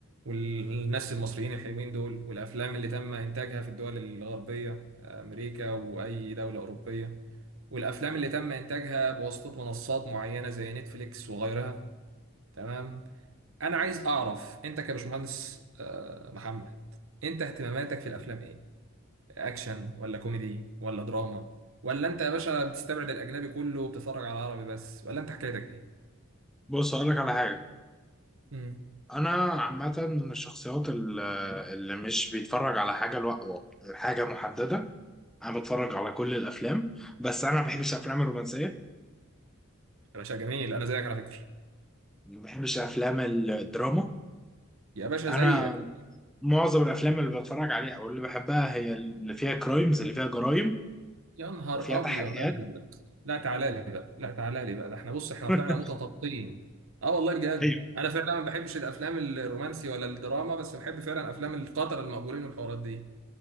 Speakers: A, on the right; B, in the centre.
A: والناس المصريين الحلوين دول والأفلام اللي تم إنتاجها في الدول الغربية أمريكا وأي دولة أوروبية والأفلام اللي تم إنتاجها بواسطة منصات معينة زي نتفليكس وغيرها تمام أنا عايز أعرف أنت كبشمهندس آه، محمد أنت اهتماماتك في الأفلام إيه؟ اكشن ولا كوميدي ولا دراما ولا انت يا باشا بتستبعد الاجنبي كله وبتتفرج على العربي بس ولا انت حكايتك ايه
B: بص اقول لك على حاجه
A: امم
B: انا عامه من الشخصيات ال- اللي مش بيتفرج على حاجه لو... حاجه محدده انا بتفرج على كل الافلام بس انا ما بحبش الافلام الرومانسيه
A: يا باشا جميل انا زيك على فكره
B: ما بحبش افلام الدراما
A: يا باشا
B: انا
A: زيك
B: معظم الافلام اللي بتفرج عليها او اللي بحبها هي اللي فيها كرايمز اللي فيها جرايم
A: يا نهار
B: وفيها
A: ابيض
B: تحقيقات
A: لا لا لا لا لا تعالى لي بقى لا تعالى لي بقى ده احنا بص احنا
B: <laughs>
A: طلعنا متطابقين اه والله بجد
B: ايوه
A: انا فعلا ما بحبش الافلام الرومانسي ولا الدراما بس بحب فعلا افلام القتله المأجورين والحوارات دي